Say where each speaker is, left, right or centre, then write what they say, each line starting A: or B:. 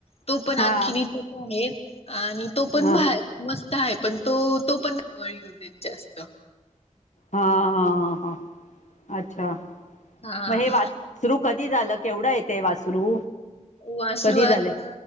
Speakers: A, on the left; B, on the left.
A: तो
B: हा
A: पण आणखीन ऐक, एक. आणि तो
B: हा
A: पण मस्तं आहे, पण तो तो पळू देत जास्त.
B: हा हा हा हा अच्छा
A: हा
B: महेऐ वासरू. कधी झालं? केवढं? दिसते वासरू.
A: वासरू
B: कधी
A: आता
B: झाले